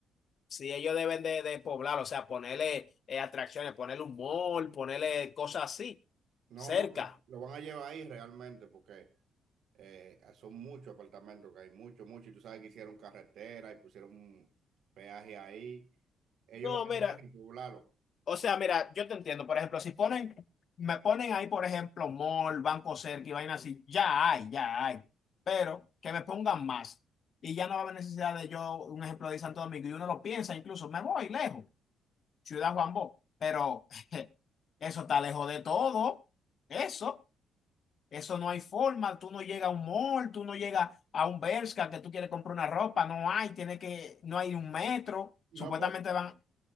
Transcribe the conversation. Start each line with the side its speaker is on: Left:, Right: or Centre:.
Left: sí, ellos deben de, de poblar, o sea, ponerle eh, atracciones, ponerle un mall, ponerle cosas así,
Right: No,
Left: cerca.
Right: no, que lo van a llevar ahí realmente, porque eh, son muchos apartamentos que hay, muchos, muchos. Y tú sabes que hicieron carretera y pusieron un peaje ahí. Ellos
Left: No,
Right: van
Left: mira.
Right: a tener que poblarlo.
Left: O sea, mira, yo te entiendo. Por ejemplo, si ponen, me ponen ahí, por ejemplo, mall, Banco Cerca y vaina así, ya hay, ya hay. Pero que me pongan más. Y ya no va a haber necesidad de yo, un ejemplo de Santo Domingo, y uno lo piensa incluso, me voy lejos, Ciudad Juan Bó. Pero <laughs> eso está lejos de todo. Eso, eso no hay forma. Tú no llegas a un mall, tú no llegas a un Bershka que tú quieres comprar una ropa, no hay, tiene que, no hay un metro.
Right: No,
Left: Supuestamente
Right: po-
Left: van,